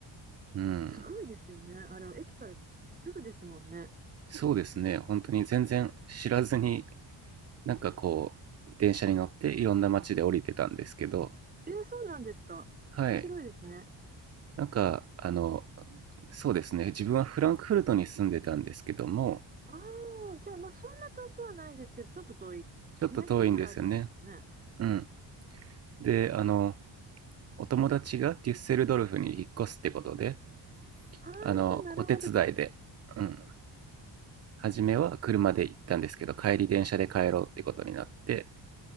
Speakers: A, on the right; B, on the right.
A: うん。
B: すごいですよね。あの、駅からすぐですもんね。
A: そうですね、本当に全然知らずに、なんかこう、電車に乗っていろんな街で降りてたんですけど、
B: えーそうなんですか。
A: はい、
B: 面白いですね。
A: なんか、あの、そうですね、自分はフランクフルトに住んでたんですけども、
B: ああ、じゃあ、まあ、そんな遠くはないですけど、ちょっと遠い。
A: ちょっと遠いんですよね。
B: 200キロぐらいありますもんね。
A: うん。で、あの、お友達がデュッセルドルフに引っ越すってことで、
B: あ
A: あの、
B: あ、なるほど。
A: お手伝いで、うん、初めは車で行ったんですけど、帰り電車で帰ろうってことになって、